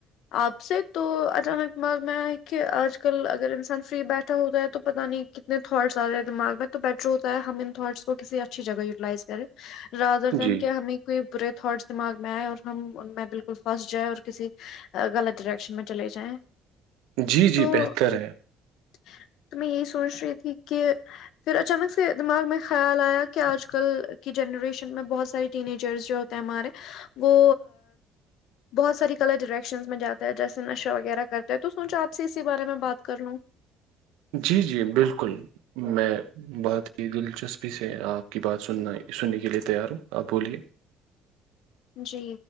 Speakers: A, on the left; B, on the right.
A: آپ سے تو اچانک مل میں ہے کہ آج کل اگر انسان فری بیٹھا ہوتا ہے تو پتہ نہیں کتنے تھٹسیا رہے ہیں دماغ میں تو بیٹر ہوتا ہے ہم ان تھٹ کو کسی اچھی جگہ یوٹیلائز رر دن
B: جی
A: کے ہمیں کوئی برے تھٹس دماغ میں آئے اور ہم ان میں بالکل پھنس جائیں اور کسی غلط ڈریکشن میں چلے جائیں
B: جی جی
A: تو
B: بہتر ہے
A: <unintelligible> تو میں یہی سوچ رہی تھی کہ پھر اچانک سے دماغ میں خیال آیا کہ آج کل کی جنریشن میں بہت ساری ٹینیجرس جو ہوتے ہیں ہمارے وہ بہت ساری کلر ڈائریکشنس میں جات ہے جیسے نشہ وغیرہ کرتے ہیں تو سوچو آ سے اسی بارے میں بات کر لوں
B: جی جی بالکل میں بات کی دلچسپی سے آپ کی بات سننا سننے کے لیے تیار ہوں آپ بولیے
A: جی